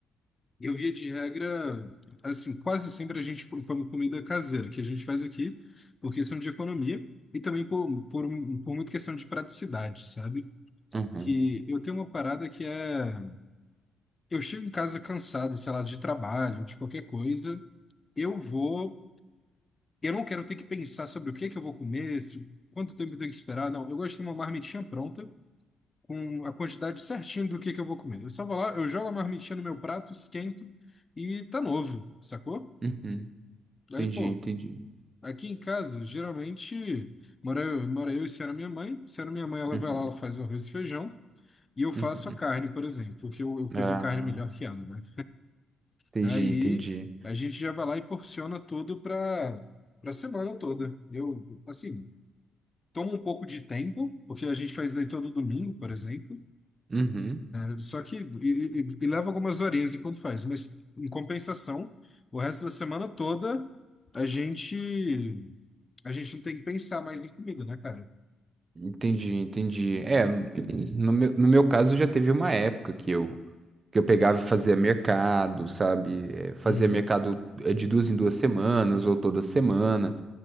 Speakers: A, on the left; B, on the right.
A: Eu via de regra, assim, quase sempre a gente come comida caseira, que a gente faz aqui por questão de economia e também por, por, um- por muita questão de praticidade, sabe?
B: Uhum,
A: Que eu tenho uma parada que é, eu chego em casa cansado, sei lá, de trabalho, de qualquer coisa, eu vou, eu não quero ter que pensar sobre o que é que eu vou comer, se- quanto tempo eu tenho que esperar, não. Eu gosto de ter uma marmitinha pronta, com a quantidade certinha do que é que eu vou comer. Eu só vou lá, eu jogo a marmitinha no meu prato, esquento e tá novo, sacou?
B: uhum.
A: Aí,
B: Entendi,
A: pô,
B: entendi.
A: aqui em casa, geralmente, mora eu, mora eu e se era minha mãe. se era minha mãe, ela
B: Uhum,
A: vai lá, ela faz o arroz e feijão. E eu faço
B: uhum.
A: a carne, por exemplo, porque eu, eu cozinho
B: Ah,
A: carne melhor que ela, né?
B: entendi,
A: Aí
B: entendi.
A: a gente já vai lá e porciona tudo para para semana toda. Eu, assim, toma um pouco de tempo, porque a gente faz isso aí todo domingo, por exemplo.
B: Uhum.
A: É, Só que e, e- e leva algumas horinhas enquanto faz, mas em compensação, o resto da semana toda a gente. A gente não tem que pensar mais em comida, né, cara?
B: Entendi, entendi. É, no meu, no meu caso já teve uma época que eu que eu pegava e fazia mercado, sabe? Eh, Fazia
A: Uhum,
B: mercado eh, de duas em duas semanas ou toda semana.